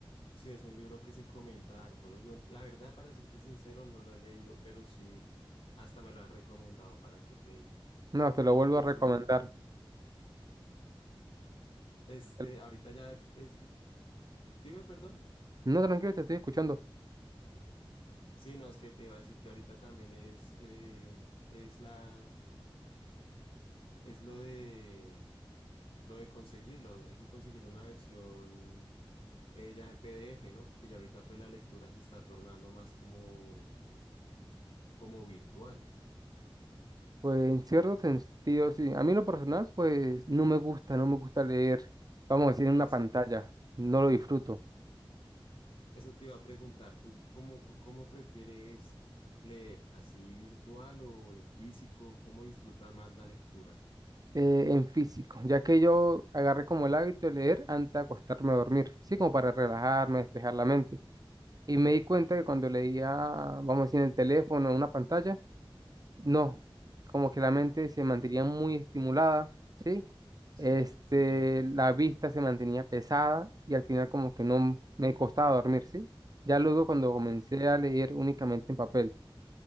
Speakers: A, on the left (about 70°); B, on the right (about 40°).
A: sí es un libro que se comenta harto, ¿no? Yo, la verdad, para serte sincero, no lo he leído, pero sí, hasta me lo han recomendado para que te diga.
B: No, te
A: Sino
B: lo vuelvo
A: que
B: a recomendar.
A: sí, este,
B: Te- lo-
A: ahorita ya es, dime, perdón.
B: No, tranquilo, te estoy escuchando.
A: Sí, no, es que te iba a decir que ahorita también es, eh, es la, es lo de, lo de conseguirlo. Hay que conseguir una versión eh, ya en PDF, ¿no? Porque ya ahorita pues la lectura se está tornando más como, como virtual.
B: Pues en cierto sentido, sí. A mí en lo personal, pues no me gusta, no me gusta leer, vamos a decir, en una
A: Eso,
B: pantalla. No lo disfruto.
A: eso te iba a preguntar, ¿tú cómo, cómo prefieres leer? ¿Así virtual o en físico? ¿Cómo disfrutas más la lectura?
B: eh, en físico, ya que yo agarré como el hábito de leer antes de acostarme a dormir. Sí, como para relajarme, despejar la mente. Y me di cuenta que cuando leía, vamos a decir, en el teléfono, en una pantalla, No, como que la mente se mantenía muy estimulada, ¿sí?
A: Sí,
B: Este,
A: sí, te entiendo.
B: la vista se mantenía pesada y al final como que no me costaba dormir, ¿sí? Ya luego cuando
A: Sí.
B: comencé a leer únicamente en papel,